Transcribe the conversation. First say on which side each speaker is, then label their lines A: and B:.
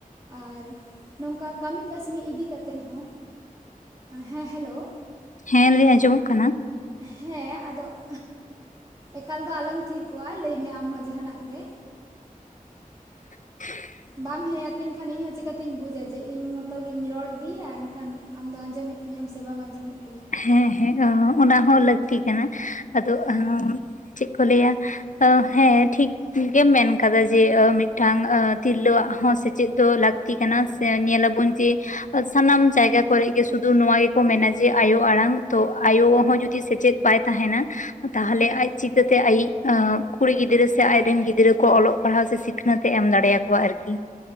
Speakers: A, on the right (about 25°); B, on the left (about 60°).
A: ᱟᱨ ᱱᱚᱝᱠᱟ ᱠᱟᱹᱢᱤ ᱠᱟᱹᱥᱱᱤ ᱤᱫᱤ ᱠᱟᱛᱮᱫ ᱦᱚᱸ ᱦᱮᱸ ᱦᱮᱞᱳ
B: ᱦᱮᱸ ᱞᱟᱹᱭ ᱟᱸᱡᱚᱢᱚᱜ ᱠᱟᱱᱟ
A: ᱦᱮᱸ ᱟᱫᱚ <inaudible> ᱮᱠᱟᱞ ᱫᱚ ᱟᱞᱚᱢ ᱛᱷᱤᱨ ᱠᱚᱜᱼᱟ, ᱞᱟᱹᱭᱢᱮ ᱟᱢ ᱦᱚᱸ ᱡᱟᱦᱟᱱᱟᱜ ᱜᱮ᱾
B: <inaudible>
A: ᱵᱟᱢ ᱦᱮᱸ ᱟᱹᱛᱤᱧ ᱠᱷᱟᱱ ᱤᱧᱦᱚᱸ ᱪᱤᱠᱟᱹᱛᱤᱧ ᱵᱩᱡᱟ, ᱡᱮ ᱤᱧ ᱢᱚᱛᱚᱜᱤᱧ ᱨᱚᱲ ᱤᱫᱤᱭᱟ ᱮᱱᱠᱷᱟᱱ ᱟᱢ ᱫᱚ ᱟᱸᱡᱚᱢᱮᱫ ᱛᱤᱧᱟᱹ ᱥᱮ ᱵᱟᱢ ᱟᱸᱡᱚᱢᱮᱫᱛᱤᱧᱟᱹ
B: ᱦᱮᱸ ᱦᱮᱸ ᱚᱸ ᱚᱱᱟ ᱦᱚᱸ ᱞᱟᱹᱠᱛᱤ ᱠᱟᱱᱟ ᱟᱫᱚ
A: ᱦᱮᱸ
B: ᱪᱮᱫ ᱠᱚ ᱞᱟᱹᱭᱟ? ᱚ ᱦᱮᱸ ᱴᱷᱤᱠ ᱴᱷᱤᱠᱜᱮᱢ ᱢᱮᱱ ᱟᱠᱟᱫᱟ, ᱡᱮ ᱢᱤᱫᱴᱟᱝ ᱛᱤᱨᱞᱟᱹᱣᱟᱜ ᱦᱚᱸ ᱥᱮᱪᱮᱫ ᱫᱚ ᱞᱟᱹᱠ ᱛᱤ ᱠᱟᱱᱟ ᱥᱮ ᱧᱮᱞᱟᱵᱚᱱ ᱡᱮ ᱥᱟᱱᱟᱢ ᱡᱟᱭᱜᱟ ᱠᱚᱨᱮ ᱜᱮ ᱥᱩᱫᱷᱩ ᱱᱚᱣᱟ ᱜᱮᱠᱚ ᱢᱮᱱᱟ, ᱡᱮ ᱟᱭᱳ ᱟᱲᱟᱝ ᱛᱚ ᱟᱭᱳ ᱦᱚᱸ ᱡᱩᱫᱤ ᱥᱮᱪᱮᱫ ᱵᱟᱭ ᱛᱟᱦᱮᱱᱟ, ᱛᱟᱦᱚᱞᱮ
A: ᱦᱳᱭ
B: ᱟᱡ ᱪᱮᱫ ᱪᱤᱠᱟᱹᱛᱮ ᱟᱭᱤᱡ ᱟᱸ ᱠᱩᱲᱤ ᱜᱤᱫᱽᱨᱟᱹ ᱥᱮ ᱟᱡ ᱨᱮᱱ ᱜᱤᱫᱽᱨᱟᱹ ᱠᱚ ᱚᱞᱚᱜ ᱯᱟᱲᱦᱟᱣ ᱥᱮ ᱥᱤᱠᱷᱱᱟᱹᱛᱮ ᱮ ᱮᱢ ᱫᱟᱲᱮᱭᱟᱠᱚᱣᱟ᱾ ᱟᱨᱠᱤ?